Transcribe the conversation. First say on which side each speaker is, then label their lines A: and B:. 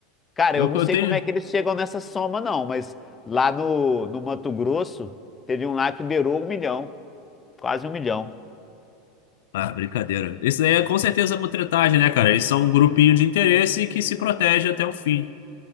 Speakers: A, on the left; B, on the left.
A: Cara,
B: Eu,
A: eu não
B: eu
A: sei
B: tenho.
A: como é que eles chegam nessa soma, não, mas lá no, no Mato Grosso, teve um lá que beirou um milhão, quase um milhão.
B: Ah, brincadeira. Isso daí é com certeza mutretagem, né, cara? Eles são um grupinho de interesse que se protege até o fim.